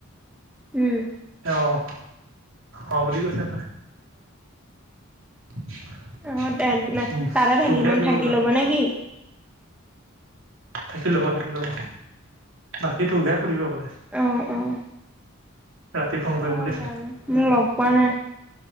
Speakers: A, in the centre; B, on the right.
A: উম।
B: অ', অ', বুলি কৈছে <unintelligible>
A: অ
B: উম,
A: তাতে থাকি
B: তোক হে
A: মন
B: দিব
A: থাকি
B: বোলাক
A: ল'ব
B: সি।
A: নে কি
B: থাকি ল'ব থাকি ল'ব বাকী তোকহে সুধিব বোলে।
A: অ অ অ
B: ৰাতি ফোন
A: অ
B: কৰিম বুলিছে,
A: জানো মোক লগ পোৱা নাই